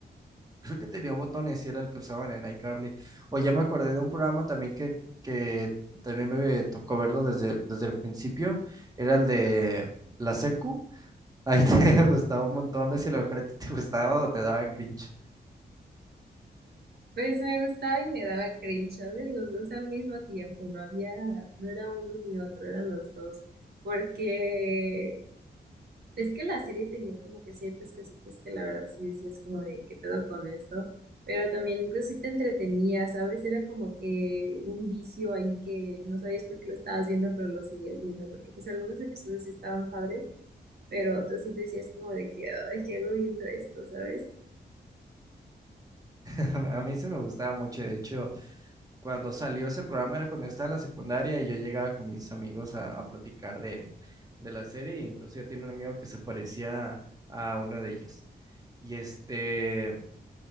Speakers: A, on the right; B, on the right.
A: <laughs> Creo que tenía botones y era el que usaban en iCarly. O ya me acordé de un programa también que, que también me tocó verlo desde, desde el principio, era el de la secu ahí te <laughs> gustaba un montón, no sé si a lo mejor a ti te gustaba o te daba cringe.
B: Pues me gustaba y me daba cringe, ¿sabes? Los dos al mismo tiempo, no había, no era uno ni otro, eran los dos porque Es que la serie tenía como que ciertas cositas que la verdad sí decías como de qué pedo con esto, pero también pues sí te entretenía, ¿sabes? Era como que un vicio ahí que no sabías por qué lo estabas viendo, pero lo seguías viendo, porque pues algunos episodios sí estaban padres, pero otros sí decías como de que, ay, ¿qué hago viendo esto, ¿sabes?
A: <laughs> A mí sí me gustaba mucho, de hecho, cuando salió ese programa era cuando estaba en la secundaria y yo llegaba con mis amigos a, a platicar de, de la serie, e incluso yo tenía un amigo que se parecía a uno de ellas. Y este,